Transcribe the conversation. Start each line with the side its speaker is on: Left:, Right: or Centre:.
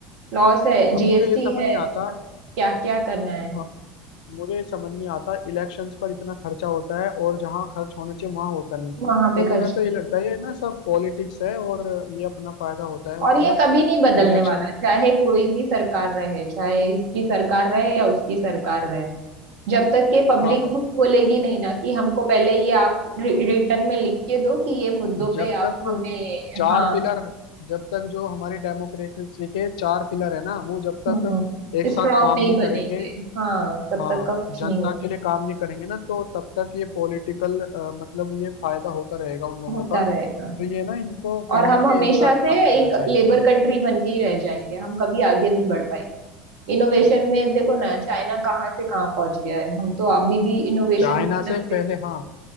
Right: लॉस है
Left: अब
Right: जीएसटी
Left: मुझे ये समझ
Right: है
Left: नहीं आता
Right: मतलब क्या क्या करना है
Left: हाँ, मुझे ये समझ नहीं आता इलेक्शंस पर इतना खर्चा होता है और जहाँ खर्च होना चाहिए वहां होता नहीं
Right: वहां पे
Left: तो मुझे
Right: खर्च
Left: तो
Right: नहीं
Left: ये लगता है ये ना सब पॉलिटिक्स है और ये अपना फायदा होता है उनका
Right: और ये
Left: बस
Right: कभी नहीं बदलने
Left: इलेक्शन
Right: वाला चाहे कोई भी सरकार रहे चाहे इसकी सरकार रहे या उसकी सरकार रहे जब तक के पब्लिक
Left: हाँ
Right: खुद बोलेगी नहीं ना कि हमको पहले ये आप रिटर्न में लिख के दो कि ये मुद्दों
Left: जब
Right: पे आप
Left: तक
Right: हमें
Left: चार
Right: हाँ
Left: पिलर जब तक जो हमारी डेमोक्रेसी के चार पिलर है ना वो जब
Right: हम्म
Left: तक एक साथ
Right: स्ट्रांग
Left: काम
Right: नहीं
Left: नहीं
Right: बनेंगे
Left: करेंगे
Right: हाँ तब
Left: हाँ
Right: तक का कुछ
Left: जनता
Right: नहीं हो,
Left: के लिए काम नहीं करेंगे ना तो तब तक ये पॉलिटिकल मतलब ये फायदा होता रहेगा उन लोगों
Right: होता
Left: का तो
Right: रहेगा
Left: ये ना इनको
Right: और
Left: कहीं
Right: हम
Left: ना कहीं
Right: हमेशा
Left: एक साथ
Right: से
Left: काम करना
Right: एक
Left: चाहिए
Right: लेबर कंट्री बन के ही रह जाएंगे हम कभी आगे नहीं बढ़ पाएंगे इनोवेशन में देखो ना चाइना कहाँ से कहाँ पहुंच गया है हम तो अभी भी इनोवेशन
Left: चाइना
Right: के नाम
Left: से
Right: पे
Left: पहले
Right: कुछ
Left: हाँ